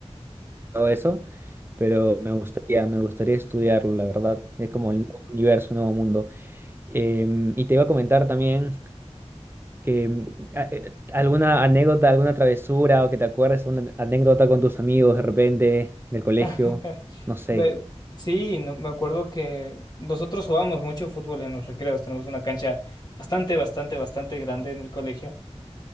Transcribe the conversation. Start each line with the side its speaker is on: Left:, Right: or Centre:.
Right: todo eso, pero me gustaría, me gustaría estudiarlo, la verdad. Es como el nuevo universo, un nuevo mundo. Em, y te iba a comentar también que em, a- eh, alguna anécdota, alguna travesura o que te acuerdes, una anécdota con tus amigos de repente del colegio,
Left: <laughs>
Right: no sé.
Left: Me- sí, no- me acuerdo que nosotros jugábamos mucho fútbol en los recreos. Tenemos una cancha bastante, bastante, bastante grande en el colegio